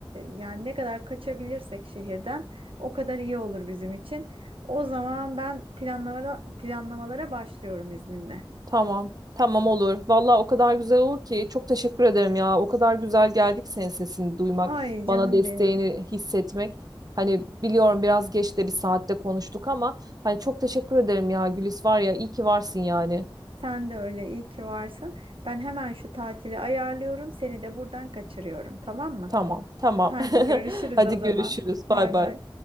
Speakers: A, on the right; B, on the right.
A: yani ne kadar kaçabilirsek şehirden o kadar iyi olur bizim için. O zaman ben planlamalara, planlamalara başlıyorum izninle.
B: Tamam. Tamam olur. Vallahi o kadar güzel olur ki çok teşekkür ederim ya. O kadar güzel geldik senin sesini duymak,
A: Ay canım
B: bana desteğini
A: benim.
B: hissetmek. Hani biliyorum biraz geç de bir saatte konuştuk ama hani çok teşekkür ederim ya Gülis var ya iyi ki varsın yani.
A: Sen de öyle iyi ki varsın. Ben hemen şu tatili ayarlıyorum. Seni de buradan kaçırıyorum, tamam mı?
B: Tamam, tamam.
A: Hadi
B: <laughs>
A: görüşürüz
B: Hadi
A: o zaman.
B: görüşürüz.
A: Bay
B: Bay bay.
A: bay.